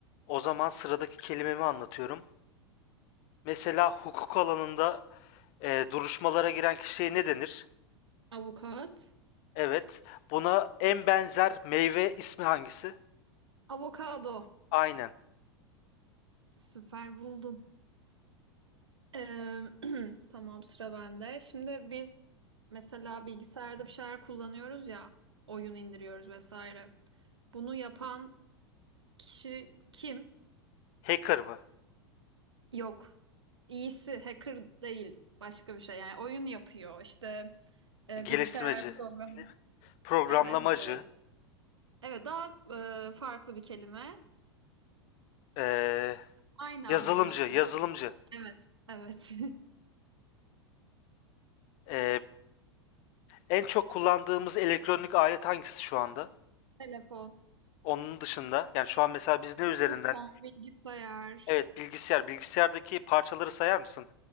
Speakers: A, on the left; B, on the right.
A: O zaman sıradaki kelimemi anlatıyorum. Mesela hukuk alanında e, duruşmalara giren kişiye ne denir?
B: Avukat.
A: Evet. Buna en benzer meyve ismi hangisi?
B: Avokado.
A: Aynen.
B: Süper buldum. Ee, <clears throat> tamam sıra bende. Şimdi biz mesela bilgisayarda bir şeyler kullanıyoruz ya. Oyun indiriyoruz vesaire. Bunu yapan kişi kim?
A: Hacker mı?
B: Yok. İyisi hacker değil. Başka bir şey. Yani oyun yapıyor. işte e,
A: Geliştirmeci.
B: bilgisayar programı.
A: Programlamacı.
B: Evet, evet. Evet daha e, farklı bir kelime.
A: e,
B: Aynı
A: yazılımcı.
B: anlamına geliyor.
A: Yazılımcı.
B: Evet. Evet.
A: E, en çok kullandığımız elektronik alet hangisi şu anda?
B: <laughs> Telefon.
A: Onun dışında yani şu an mesela biz ne üzerinden?
B: Telefon, bilgisayar,
A: Evet bilgisayar. Bilgisayardaki parçaları sayar mısın?